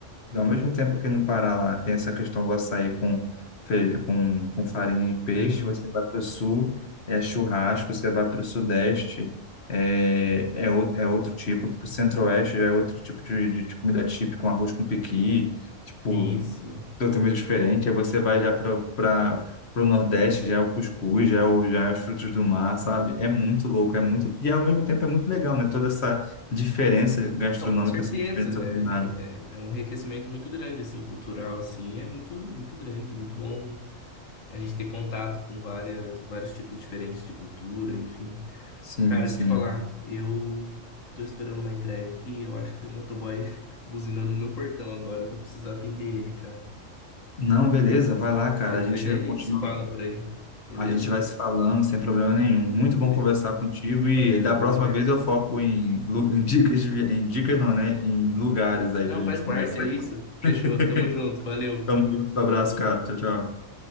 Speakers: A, on the left; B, on the left.
A: ao mesmo tempo que no Pará lá tem essa questão do açaí com, fe- com, com farinha e peixe,
B: Uhum.
A: você vai para o sul, é churrasco, você vai para o sudeste, é, é, outro, é outro tipo, para o centro-oeste já é outro tipo de, de, de comida típica, com arroz com pequi. Tipo,
B: Isso,
A: totalmente
B: boa.
A: diferente. Aí você vai já para para o Nordeste, já é o cuscuz, já é, o, já é os frutos do mar, sabe? É muito louco, é muito. E ao mesmo tempo é muito legal, né? Toda essa diferença gastronômica,
B: Não, com certeza,
A: essa diferença
B: é,
A: culinária.
B: é, é um enriquecimento muito grande, assim, cultural, assim, é muito, muito grande, muito bom a gente ter contato com várias, vários tipos diferentes de cultura, enfim.
A: Sim,
B: Cara,
A: sim.
B: te falar, eu tô esperando uma entrega aqui, eu acho que tem um motoboy <laughs> buzinando no meu portão agora, eu vou precisar atender ele, cara.
A: Não, beleza, vai lá,
B: Beleza?
A: cara. A gente
B: Aí daí a
A: continua.
B: gente se fala por aí, beleza?
A: A gente vai se falando sem problema nenhum. Muito
B: Beleza.
A: bom conversar contigo e
B: Valeu,
A: da
B: irmão.
A: próxima vez eu foco em, lu- em dicas, de vi- em dicas não, né? Em lugares aí
B: Não,
A: pra gente
B: faz
A: conversar.
B: parte, é isso. Fechou.
A: <laughs>
B: Tamo junto. Valeu.
A: Então, um abraço,
B: Falou.
A: cara. Tchau, tchau.